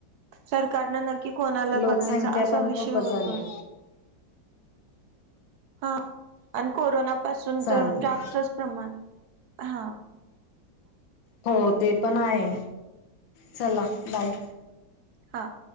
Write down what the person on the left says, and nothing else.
लोकसंख्या
पण
खूपच झाली.
चालेल
हो ते पण आहे चला बाय.